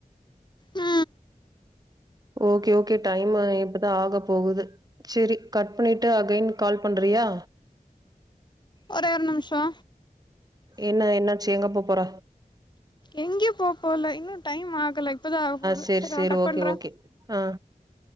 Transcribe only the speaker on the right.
ஓகே ஓகே டைம்மு இப்பதா ஆகப் போகுது சேரி கட் பண்ணிட்டு அகைன் கால் பண்றியா
என்ன என்னாச்சி எங்க போ போற
சேர்
சேர்
ஓகே
ஓகே ஆ